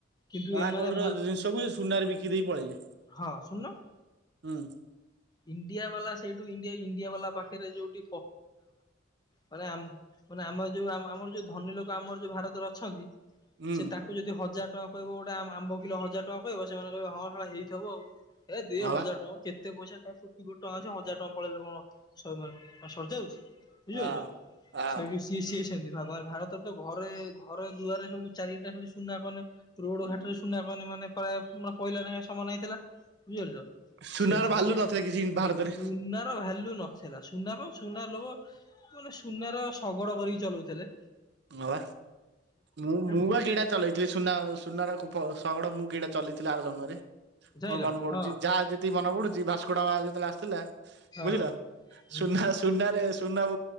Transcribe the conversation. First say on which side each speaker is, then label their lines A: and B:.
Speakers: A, on the left; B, on the right.
A: କିନ୍ତୁ
B: କଣା
A: ଏମାନେ
B: କଉଡିର ଜିନିଷକୁ ସୁନାରେ ବିକି ଦେଇ ପଳେଇଲେ
A: ହଁ ଶୁଣନ
B: ହୁଁ
A: ଇଣ୍ଡିଆ ବାଲା ସେଇଠୁ ଣ୍ଡି ଇଣ୍ଡିଆ ବାଲା ପାଖରେ ଯୋଉଠି ମାନେ ମାନେ ଆମ ଯୋଉ ଆମର ଯୋଉ ଧନୀ ଲୋକ ଆମର ଯୋଉ ଭାରତରେ ଅଛନ୍ତି
B: ହୁଁ
A: ସେ ତାଙ୍କୁ ଯଦି ହଜାର ଟଙ୍କା କହିବ ଗୋଟେ ଆମ୍ବ କିଲୋ ହଜାର ଟଙ୍କା କହିବ ସେମାନେ କହିବ ହ ହେଇଥିବ ଆଉ ଏ ଦି
B: ହଁ ବା।
A: ହଜାର ଟଙ୍କା କେତେ ପଇସା ିବ ଟଙ୍କା ଅଛି ହଜାର ଟଙ୍କା ପଳେଇଲେ କଣ ସରିଯା ଯାଉଛି ବୁଝିପାରୁଛ
B: ହଁ ହଁ।
A: ସେଠୁ ସିଏ ସିଏ େ ଭାରତରେ ତ ଘରେ ଘରେ ଦୁଆରେ ସବୁ ଚାରିଟା ଖ ସୁନା କହନେ ରୋଡ ଘାଟରେ ସୁନା କନେ ମାନେ ପ୍ରାୟ ମାନେ ପହିଲ ଲୋ ସମାନ ହେଇଥିଲା ବୁଝିପାରୁଛ
B: ସୁନାର
A: ସେ ସେମାନେ
B: ଭାଲୁ ନଥିଲା କିଛି ଭାରତରେ
A: ସୁନ ର ଭାଲ୍ୟୁ ନ ହେଲା ସୁନା ସୁନା ଲୋକ ମାନେ ସୁନାର ଶଗଡ କରିକି ଚଲଉଥେଲେ।
B: ହ ବା ମୁଁ ମୁଁ
A: କଣ
B: ବା କିଟା
A: ଜାଣିଛ
B: ଚଲେଇଥିଲି ସୁନା ସୁନାର ଶଗଡ ମୁଁ କିଟା ଚଲେଇଥିଲି ଆର ଜନ୍ମରେ।
A: ଜାଣିଲ
B: ମୋର ମନେ ପଡୁଛି
A: ହଁ
B: ଯାହା ଯେତିକି ମନେ ପଡୁଛି ଭାସ୍କୋଡାଗାମା ଯେତେବେଳେ ଆସିଥିଲା
A: ହଁ
B: ବୁଝିଲ
A: ହୁଁ
B: ସୁନା ସୁନାରେ ଚୁନାବ